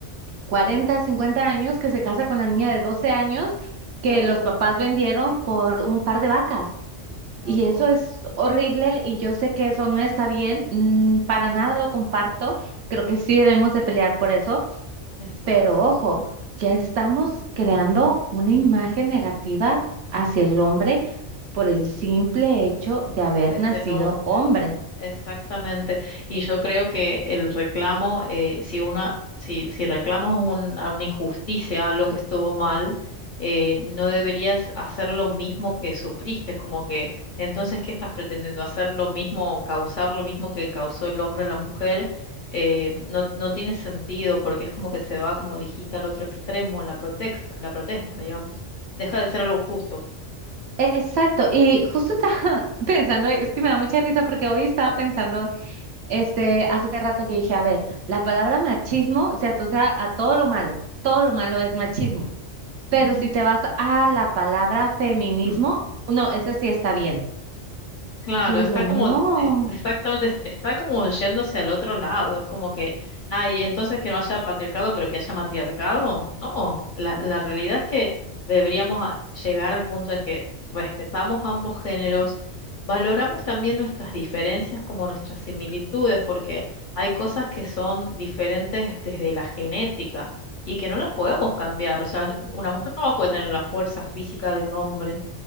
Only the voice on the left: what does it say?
Em,
Qué horror,
qué
horror
eso.
Sí,
ujú,
Exacto.
de ser
hombre,
exactamente. Y yo creo que el reclamo, eh, si una, si, si reclamas un- a una injusticia, algo que estuvo mal, eh, no deberías hacer lo mismo que sufriste. Es como que, entonces, ¿qué estás pretendiendo? ¿Hacer lo mismo, causar lo mismo que causó el hombre a la mujer? Eh, no, no tiene sentido porque es como que se va, como dijiste, al otro extremo, la protesta, la protesta, digamos. Deja de ser algo justo.
Ujú.
Mm.
Claro,
está como,
es- exactamente, est- está como yéndose al otro lado, es como que, ay, entonces que no haya patriarcado, pero que haya matriarcado. No, la, la realidad es que deberíamos a- llegar al punto en que respetamos ambos géneros, valoramos también nuestras diferencias como nuestras similitudes, porque hay cosas que son diferentes desde la genética y que no las podemos cambiar, o sea, una mujer no va a poder tener la fuerza física de un hombre